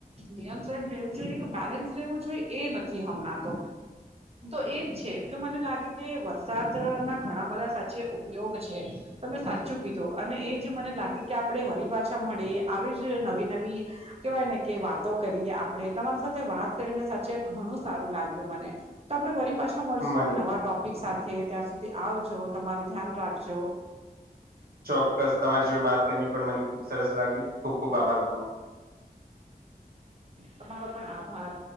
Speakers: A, on the right (about 40°); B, on the right (about 70°).
A: નિયંત્રણ રહેવું જોઈએ એક બેલે સ રહેવું જોઈ એ નથી હમણાં તો તો એજ છે, કે મને લાગે કે વરસાદના ઘણા બધા સાચે ઉપયોગ છે. તમે સાચું કીધું અને એ જ મને લાગે કે આપણે વરી પાછા મળે આવી જ નવી નવી કેવાય ને કે વાતો કરીએ આપણે તમારી સાથે વાત કરીને સાચે ઘણું સારું લાગ્યું મને તો આપણે વરી પાછા મળશું
B: મને
A: નવા ટોપિક સાથે ત્યાં સુધી આવજો તમારું ધ્યાન રાખજો
B: ચોક્કસ તમારી જોડે વાત કરીને પણ મને ખુબ સરસ લાગ્યું ખુબ ખુબ આભાર તમારો
A: તમારો પણ આભાર